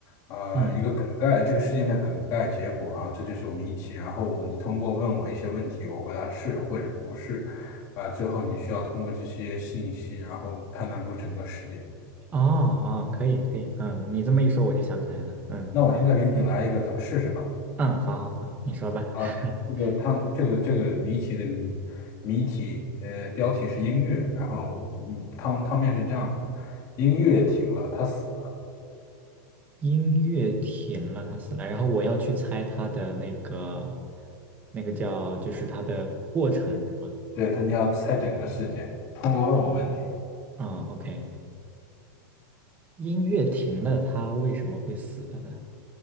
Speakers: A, on the left; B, on the right.
A: 啊、
B: 嗯，
A: 一个梗概，这个事件的梗概结果啊，这就是谜题。然后你通过问我一些问题，我回答是或者不是，啊、最后你需要通过这些信息，然后判断出整个事件。
B: 哦哦，可以可以，嗯，你这么一说，我就想起来了。嗯
A: 那我现在给你来一个，咱们试试吧。
B: 嗯，好好好，你说吧。
A: 啊，
B: <laughs>
A: 这个他们这个这个谜题的谜谜题，呃，标题是音乐，然后嗯，汤汤面是这样的，音乐停了，他死了，
B: 音乐停了，他死了，然后我要去猜他的那个那个叫就是他的过程是吗？
A: 对，他你要猜整个事件，通过问我问题，
B: 嗯，OK，音乐停了，他为什么会死的呢？